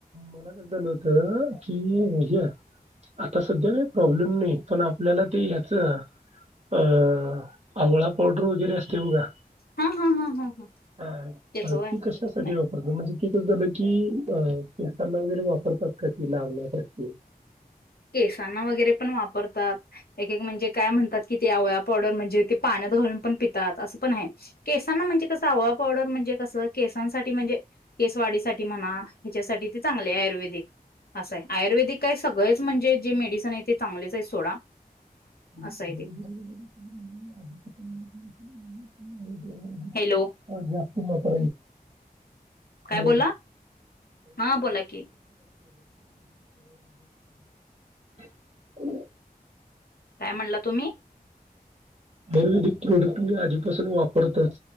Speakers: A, on the right; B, on the left.
A: मला काय झालं होतं कि ह्याच, आता सध्या का प्रॉब्लेम नाही पण आपल्याला ते ह्याच अं आवळा पावडर वगैरे असते बघा.
B: हा हा हा हा हा
A: ह
B: त्याच होय
A: ती कशासाठी
B: नाही.
A: वापरतात? म्हणजे ती झालं की अ केसांना वैगरे वापरतात का ती लावण्यासाठी?
B: केसांना वगैरे पण वापरतात. एक एक म्हणजे काय म्हणतात कि ते आवळा पावडर म्हणजे ते पाण्यात घालून पण पितात अस पण हाय. केसांना म्हणजे कसं हवं पावडवर म्हणजे कसं केसांसाठी म्हणजे केसवाढीसाठी म्हणा ह्याच्यासाठी ते चांगले आहे आयुर्वेदिक असं आहे. आयुर्वेदिक काय सगळेच म्हणजे जे मेडिसन आहे ते चांगलेच आहेत सोडा
A: <inaudible> आज
B: असं आहे ते.
A: हम्म <inaudible> <unintelligible>
B: हॅलो
A: आजा <unintelligible>
B: काय
A: हॅलो
B: बोलला हा बोला की
A: <unintelligible> <unintelligible>
B: काय म्हणला तुम्ही?
A: आयुर्वेदिक प्रोडक्ट मी आधीपासून वापरतोयच.